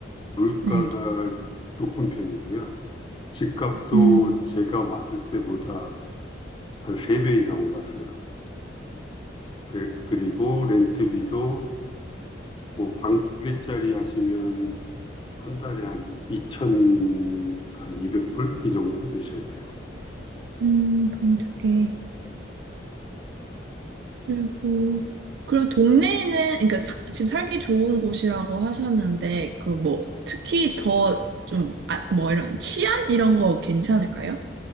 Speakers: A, on the left; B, on the right.
A: 물가가
B: 네.
A: 높은 편이고요. 집값도
B: 음,
A: 제가 왔을 때보다 한 세 배 이상 올랐어요. 그, 그리고 렌트비도 뭐 방 두 개짜리 하시면 한 달에 한 2천, 한 200불 이 정도 내셔야 돼요.
B: 음, 그럼 두 개. 그리고 그럼 동네에는 그러니까 사- 집 살기 좋은 곳이라고 하셨는데 그 뭐 특히 더 좀 아, 뭐 이런 치안 이런 거 괜찮을까요?